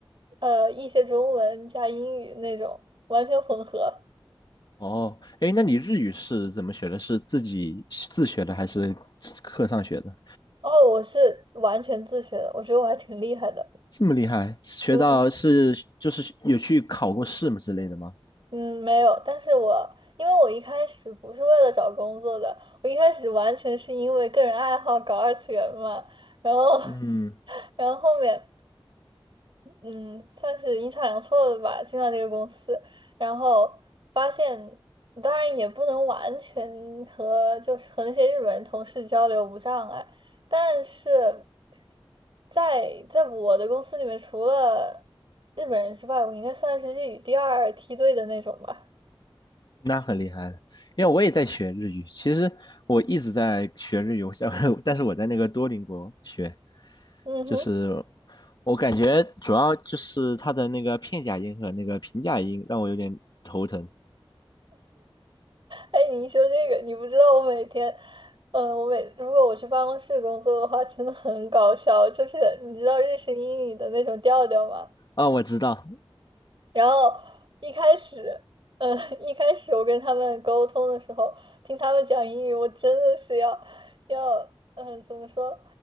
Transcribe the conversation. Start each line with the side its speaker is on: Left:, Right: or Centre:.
Right: 呃一些中文加英语那种完全混合。
Left: 哦，哎，那你日语是怎么学的？是自己自学的还是课上学的？
Right: 哦，我是完全自学的，我觉得我还挺厉害的。
Left: 这么厉害，学到是就是有去考过试吗之类的吗？
Right: <laughs> 嗯哼。嗯，没有，但是我因为我一开始不是为了找工作的，我一开始完全是因为个人爱好搞二次元嘛，然后，
Left: 嗯，
Right: <laughs> 然后后面，嗯，算是阴差阳错的吧，进了这个公司，然后发现，当然也不能完全和就是和那些日本人同事交流无障碍，但是在在我的公司里面，除了日本人之外，我应该算是日语第二梯队的那种吧。
Left: 那很厉害了，因为我也在学日语。其实我一直在学日语，我想 <laughs> 但是我在那个多邻国学，
Right: 嗯哼，
Left: 就是我感觉主要就是它的那个片假音和那个平假音让我有点头疼。
Right: 哎，你一说这个，你不知道我每天，嗯，我每如果我去办公室工作的话，真的很搞笑。就是你知道日式英语的那种调调吗？
Left: 啊、我知道，
Right: 然后一开始，嗯，<laughs> 一开始我跟他们沟通的时候，听他们讲英语，我真的是要要，嗯，怎么说，